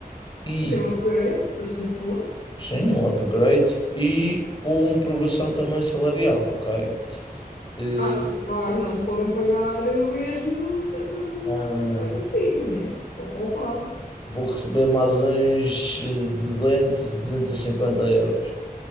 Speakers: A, on the left (about 30°); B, on the left (about 70°).
A: e
B: Ok, um upgrade, bastante bom.
A: sim, é um upgrade e com progressão também salarial, ok? Eh,
B: Acho, claro, não me podem pagar eu mesmo, estando num
A: não,
B: posto
A: não,
B: mais
A: não.
B: acima, né? Só faltava.
A: Vou receber mais uns eh, 200, 250 euros.